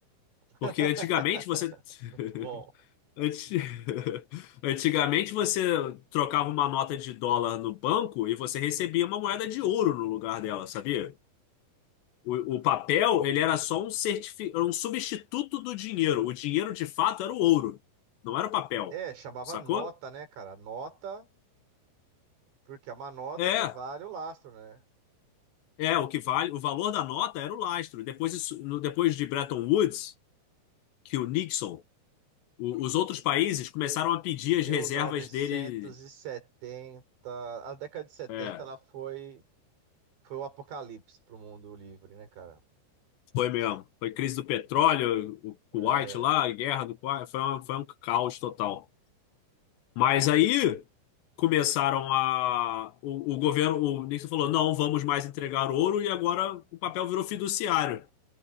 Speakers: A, on the right; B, on the left.
A: <laughs>
B: Porque antigamente você.
A: Muito
B: <laughs>
A: Bom.
B: Anti- <laughs> Antigamente você trocava uma nota de dólar no banco e você recebia uma moeda de ouro no lugar dela, sabia? O, o papel, ele era só um, certifi... era um substituto do dinheiro. O dinheiro de fato era o ouro, não era o papel,
A: É, chamava
B: sacou?
A: nota, né, cara? Nota, porque é uma nota
B: É,
A: que vale o lastro, né?
B: é, o que vale, o valor da nota era o lastro. Depois, isso- no- depois de Bretton Woods, que o Nixon, o- os outros países começaram a pedir
A: mil
B: as reservas
A: novecentos
B: dele.
A: e setenta a década de setenta
B: é,
A: ela foi, foi o apocalipse para o mundo livre, né, cara?
B: Foi mesmo. Foi crise do petróleo, o
A: É,
B: Kuwait lá, a guerra do Kuwait, foi, um- foi um caos total. Mas aí começaram a. O, o governo, o Nixon falou: não, vamos mais entregar ouro, e agora o papel virou fiduciário.